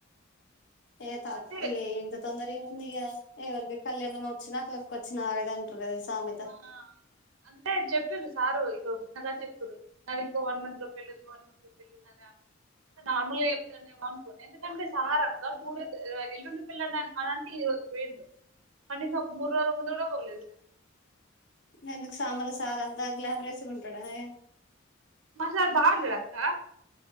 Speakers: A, on the left; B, on the right.
A: ఏ తప్ప
B: అంటే
A: ఇంత తొందర ఏముంది ఇగ ఎవరికి కళ్యాణం వచ్చినా కక్కు వచ్చినా ఆగదు అంటార్రు కదా సామెత
B: ఆ అంతే చెప్పిర్రు సారు ఇక్కడ వచ్చిన కానించి చెప్తుారు నాది ఇంకో వన్ మంత్ లో పెళ్ళున్ది వన్ మంత్ లో పెళ్ళు న్ద్ అని నార్మల్గా చెప్తానేమో అనుకోన్న ఎందుకంటే సార్ అక్క టూ డేస్ ఎల్లుండి పెళ్లి అని అనంటే పోయిండు కనీసం ఒక మూడు రోజుల ముందు కూడా పోలేదు
A: ఎందుకు సామ్రా సార్ అంతా గ్లామరస్గా ఉంటాడా ఏ
B: మాసార్ బాగుంటడక్కా